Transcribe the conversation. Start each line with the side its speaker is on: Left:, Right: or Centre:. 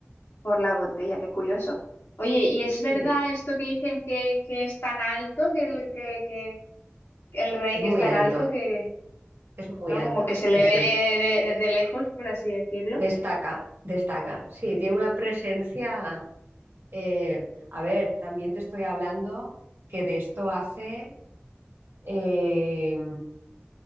Left: por la botella, qué curioso. Oye, ¿y es verdad
Right: Sí.
Left: esto que dicen que, que es tan alto, que el, que, que el rey
Right: Es
Left: que
Right: muy
Left: es tan
Right: alto,
Left: alto, que
Right: es muy
Left: no
Right: alto,
Left: como que se
Right: sí,
Left: le
Right: sí.
Left: ve de- desde lejos, por así decirlo?
Right: Destaca, destaca. Sí, tiene una presencia. eh, a ver, también te estoy hablando que de esto hace eh,